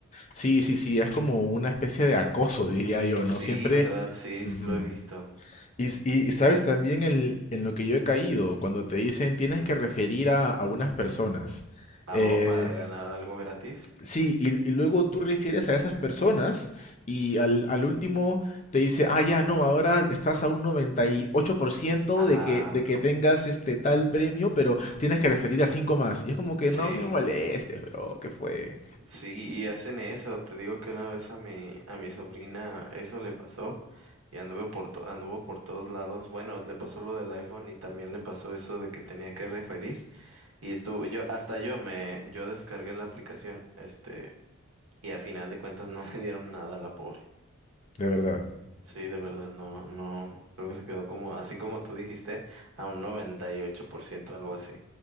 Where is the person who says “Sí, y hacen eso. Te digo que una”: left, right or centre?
Right